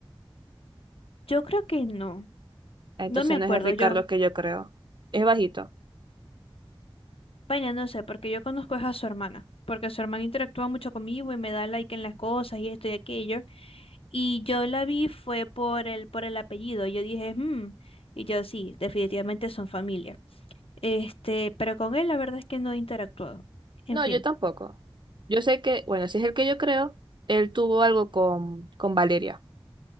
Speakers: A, on the left; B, on the right.
A: yo creo que no,
B: Entonces
A: no me acuerdo,
B: no es el Ricardo
A: yo
B: que yo creo. Es bajito.
A: Vaya, no sé, porque yo conozco es a su hermana, porque su hermana interactúa mucho conmigo y me da like en las cosas y esto y aquello. Y yo la vi fue por el, por el apellido. Yo dije, hmm Y yo sí, definitivamente son familia. Este, pero con él la verdad es que no he interactuado. En
B: No,
A: fin.
B: yo tampoco. Yo sé que, bueno, si es el que yo creo, él tuvo algo con, con Valeria.